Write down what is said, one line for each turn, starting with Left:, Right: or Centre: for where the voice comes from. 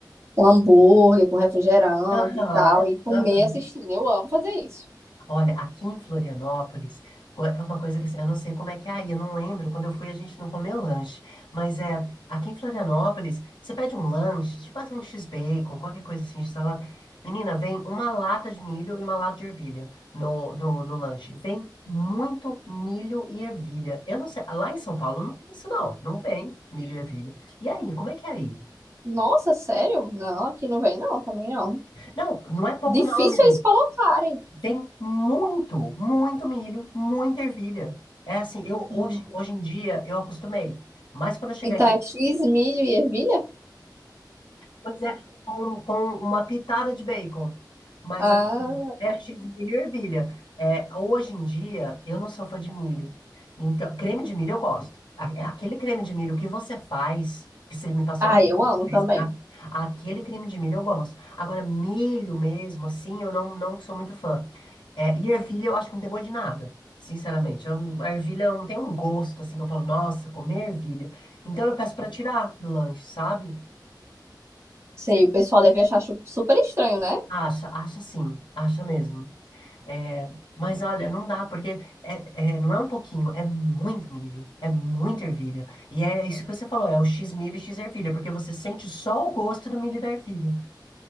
Right: um hambúrguer com refrigerante
Left: Aham,
Right: e tal, e comer
Left: aham.
Right: assistindo. Eu amo fazer isso.
Left: Olha, aqui em Florianópolis, co- é uma coisa que assim, eu não sei como é que é aí, eu não lembro. Quando eu fui, a gente não comeu lanche. Mas é, aqui em Florianópolis, você pede um lanche, tipo assim, um X-bacon, qualquer coisa assim, salada. Menina, vem uma lata de milho e uma lata de ervilha no, no, no lanche. Vem muito milho e ervilha. Eu não sei, lá em São Paulo não tem isso, não. Não vem milho e ervilha. E aí, como é que é aí?
Right: Nossa, sério? Não, aqui não vem não, também não.
Left: Não, não é pouco,
Right: Difícil
Left: não, menina.
Right: é eles colocarem.
Left: Tem muito, muito milho, muita ervilha. É assim, eu
Right: Hum.
Left: hoje, hoje em dia eu acostumei. Mas quando eu cheguei
Right: Então
Left: aqui,
Right: é
Left: eu-
Right: X, milho e ervilha?
Left: pois é, com, com uma pitada de bacon. Mas
Right: Ah,
Left: assim, é cheio de milho e ervilha. É, hoje em dia eu não sou fã de milho. Então, creme de milho eu gosto. A- é Aquele creme de milho que você faz, que você me passou
Right: ah,
Left: a
Right: eu amo
Left: vez,
Right: também.
Left: a- aquele creme de milho eu gosto. Agora, milho mesmo, assim, eu não, não sou muito fã. É, e ervilha eu acho que não tem gosto de nada, sinceramente. Eu- a ervilha não tem um gosto, assim, que eu falo, nossa, comer ervilha. Então eu peço pra tirar do lanche, sabe?
Right: Sei,
Left: Cê
Right: o pessoal deve achar chu- super estranho, né?
Left: Acha, acha sim, acha mesmo. É, mas olha, não dá, porque é, é, não é um pouquinho, é muito milho, é muita ervilha. E é isso que você falou, é o X milho e X ervilha, porque você sente só o gosto do milho e da ervilha.